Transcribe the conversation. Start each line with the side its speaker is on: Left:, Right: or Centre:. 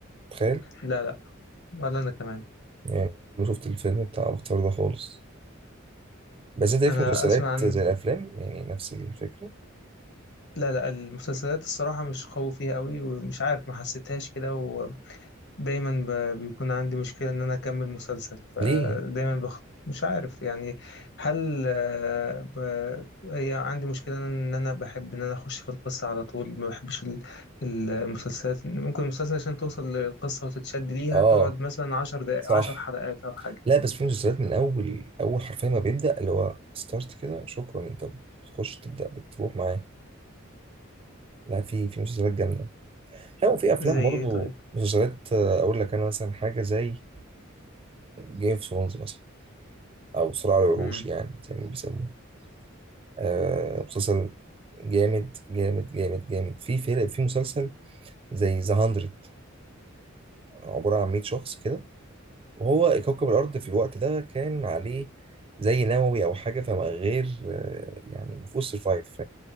Right: تخيل
Left: لا لا ولا انا كمان
Right: يعني ما شفت الفيلم بتاع افاتار ده خالص بس انت ليك
Left: انا
Right: في مسلسلات
Left: اسمع عن
Right: زي الافلام يعني نفس الفكره
Left: لا لا المسلسلات الصراحة مش قوي فيها قوي ومش عارف ما حسيتهاش كده دايما ب- بيكون عندي مشكلة ان انا اكمل مسلسل فدايما
Right: ليه
Left: بخ... مش عارف يعني هل آه، ب... هي عندي مشكلة ان انا بحب ان انا اخش في القصة على طول ما بحبش ال- ال- المسلسلات ممكن المسلسل عشان توصل للقصة وتتشد ليها
Right: اه
Left: تقعد مثلا عشر دقائق
Right: صح
Left: عشر حلقات او حاجة
Right: لا بس في مسلسلات من اول اول حرفيا ما بيبدا اللي هو ستارت كده شكرا انت بتخش تبدا بتروح معاه لا في في مسلسلات جامده لا وفي افلام
Left: زي
Right: برضو
Left: ايه طيب
Right: مسلسلات آه، اقول لك انا مثلا حاجه زي جيم اوف ثرونز مثلا او صراع العروش
Left: امم
Right: يعني زي ما بيسموه آه، مسلسل جامد جامد جامد جامد في فيلم في مسلسل زي ذا 100 عباره عن 100 شخص كده وهو كوكب الارض في الوقت ده كان عليه زي نووي او حاجه فما غير آه، يعني ما فيهوش سرفايف